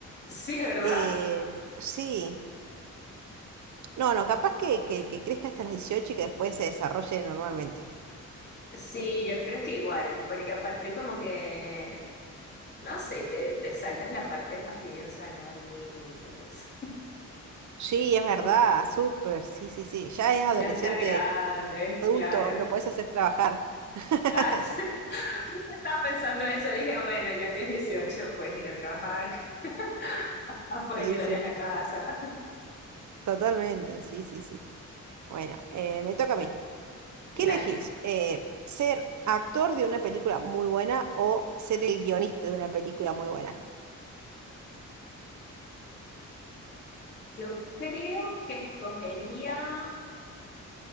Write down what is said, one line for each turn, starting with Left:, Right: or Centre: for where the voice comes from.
Left: Sí, ¿verdad?
Right: Eh, sí. No, no, capaz que, que, que crezca hasta las 18 y que después se desarrolle normalmente.
Left: Sí, yo creo que igual, porque aparte como que, no sé, te, te saltas la parte fastidiosa de no dormir y todo eso.
Right: Sí, es verdad,
Left: Como que
Right: súper, sí, sí, sí. Ya es
Left: ya
Right: adolescente,
Left: está grande,
Right: adulto,
Left: claro.
Right: lo puedes hacer trabajar. <laughs>
Left: Ah, <laughs> sí. Justo Estaba pensando eso, dije, bueno, ya tienes 18, puedes ir a trabajar, <laughs> ah, puedes
Right: Sí,
Left: ayudar
Right: sí,
Left: en la casa.
Right: totalmente, sí, sí, sí. Bueno, eh, me toca a mí. ¿Qué
Left: <laughs>
Right: elegís?
Left: Dale,
Right: Eh, ¿ser actor de una película muy buena o ser el guionista de una película muy buena?
Left: yo creo que escogería